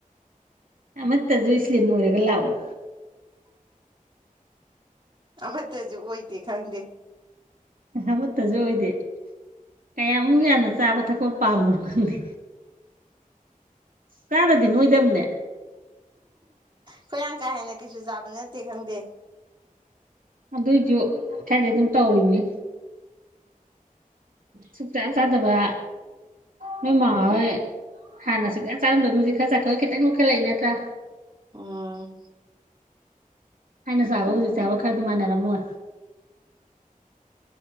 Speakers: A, on the right; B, on the right.
A: ꯃꯁꯨ ꯏꯁꯂꯤꯔꯒ ꯂꯥꯎꯑꯣ
B: ꯑꯐꯠꯇꯁꯨ ꯑꯣꯏꯗꯦ ꯈꯪꯗꯦ
A: ꯑꯃꯠꯇꯁꯨ ꯑꯣꯏꯗꯦ ꯀꯌꯥꯃꯨꯛ ꯌꯥꯝꯅ ꯆꯥꯕ ꯊꯛꯄ ꯄꯥꯝꯃꯅꯣ ꯈꯪꯗꯦ ꯇꯥꯗꯗꯤ ꯅꯣꯏꯗꯝꯕꯅꯦ
B: ꯀꯣꯏꯌꯥꯝ ꯀꯥ ꯍꯦꯟꯅ ꯀꯩꯁꯨ ꯆꯥꯕ ꯅꯠꯇꯦ ꯈꯪꯗꯦ
A: ꯑꯗꯨꯏꯁꯨ ꯈꯔꯗꯤ ꯑꯗꯨꯝ ꯇꯧꯔꯤꯅꯤ ꯁꯨꯆꯥꯥ ꯆꯥꯗꯕ ꯅꯣꯏꯃ ꯍꯣꯏ ꯍꯥꯟꯅꯁꯨꯛ ꯆꯥꯔꯝꯗꯅꯣꯖꯤꯛ ꯈꯔ ꯆ ꯈꯔ ꯈꯤꯇꯪ ꯅꯨꯈꯠꯂꯛꯏ ꯅ꯭ꯔꯥ
B: ꯎꯝ
A: ꯍꯥꯏꯅꯁꯨꯕꯒ ꯆꯕ ꯀꯗꯤ ꯃꯥꯅꯦꯔ ꯃ